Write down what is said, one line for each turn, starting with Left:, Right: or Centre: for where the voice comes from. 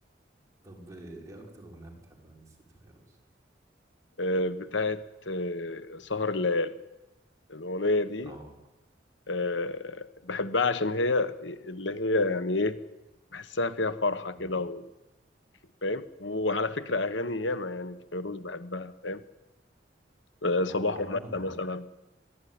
Right: طب ايه اكتر اغنية بتحبها للست فيروز
Left: آه، بتاعت آه، سهر الليالي الأغنية دي
Right: اه
Left: آه، بحبها عشان هي اللي هي يعني ايه بحسها فيها فرحة
Right: مم.
Left: كده و- فاهم وعلى فكرة أغاني ياما يعني الفيروز بحبها فاهم آه، صباح
Right: هو عموما
Left: ومساء
Right: احنا
Left: مثلا